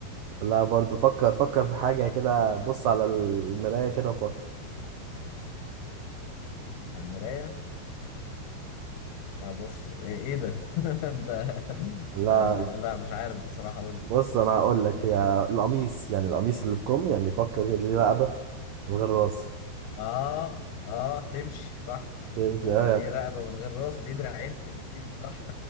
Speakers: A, on the right; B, on the left.
A: لا برضو فكر فكر في حاجة كده بص على المراية كده وفكر
B: على المراية آه بص ايه, إيه ده <laughs> انت
A: لا
B: آه لا مش عارف بصراحة قول
A: بص
B: لي
A: أنا هقول لك هي القميص يعني القميص اللي بكم يعني فكر كده ليه رقبة من غير راس
B: اه اه تمشي صح
A: يمشي
B: هو
A: أه يعني
B: ليه رقبة من غير راس وليه دراعين من غير ايدين صح